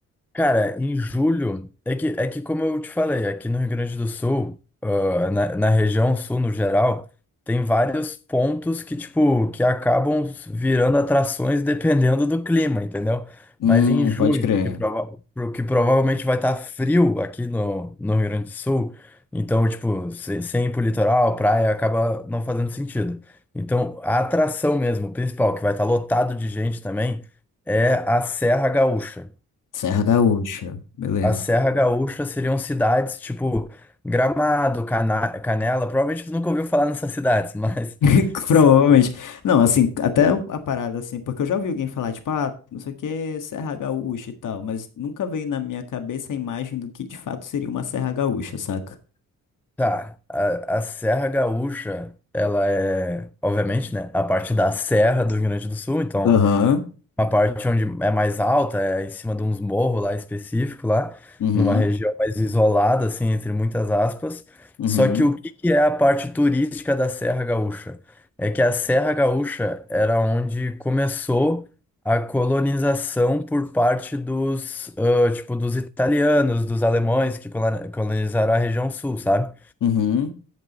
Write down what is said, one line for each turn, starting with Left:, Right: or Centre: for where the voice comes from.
Centre: Cara, em julho, é que, é que como eu te falei, aqui no Rio Grande do Sul, ah, na, na região sul no geral, tem vários pontos que, tipo, que acabam virando atrações <laughs> dependendo do clima, entendeu?
Left: Hum,
Centre: Mas em junho,
Left: pode crer.
Centre: que, prova pro- que provavelmente vai estar frio aqui no, no Rio Grande do Sul, então, tipo, se- sem ir pro litoral, praia, acaba não fazendo sentido. Então, a atração mesmo, principal, que vai estar lotado de gente também, é a Serra Gaúcha.
Left: Serra Gaúcha. Beleza.
Centre: A Serra Gaúcha seriam cidades tipo Gramado, Cana Canela. Provavelmente você nunca ouviu falar nessas cidades, <laughs> mas
Left: <laughs> Provavelmente.
Centre: são-
Left: Não, assim, até a parada, assim, porque eu já ouvi alguém falar, tipo, ah, não sei o que, Serra Gaúcha e tal, mas nunca veio na minha cabeça a imagem do que de fato seria uma Serra Gaúcha, saca?
Centre: tá. A, a Serra Gaúcha, ela é, obviamente, né, a parte da Serra do Rio Grande do Sul. Então,
Left: Aham.
Centre: uma parte onde é mais alta, é em cima de uns morros lá específico lá,
Left: Uhum.
Centre: numa região mais isolada, assim, entre muitas aspas.
Left: Uhum.
Centre: Só que o que que é a parte turística da Serra Gaúcha? É que a Serra Gaúcha era onde começou a colonização por parte dos, ah, tipo, dos italianos, dos alemães que coloni- colonizaram a região sul, sabe?
Left: Uhum.